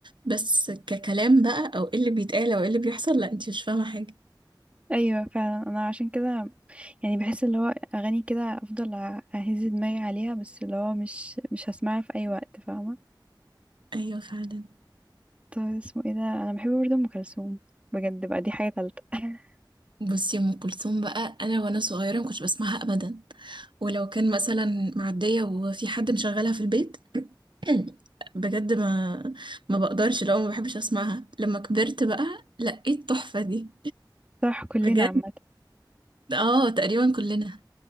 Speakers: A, on the right; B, on the right.
A: بس ككلام بقى او ايه اللي بيتقال او ايه اللي بيحصل لا انتي مش فاهمة حاجة
B: ايوه فعلا انا عشان كده يعني بحس اللي هو اغاني كده افضل أ- اهز دماغي عليها بس اللي هو مش مش هسمعها في اي وقت فاهمة
A: ايوه فعلا
B: طب اسمه ايه ده انا بحب برضه ام كلثوم بجد بقى دي حاجة تالتة <laughs>
A: بصي ام كلثوم بقى انا وانا صغيره ما كنتش بسمعها ابدا ولو كان مثلا معديه وفي حد مشغلها في البيت <clears throat> بجد ما ما بقدرش لو ما بحبش اسمعها لما كبرت بقى لقيت التحفه دي
B: صح كلنا
A: بجد
B: عامة
A: اه تقريبا كلنا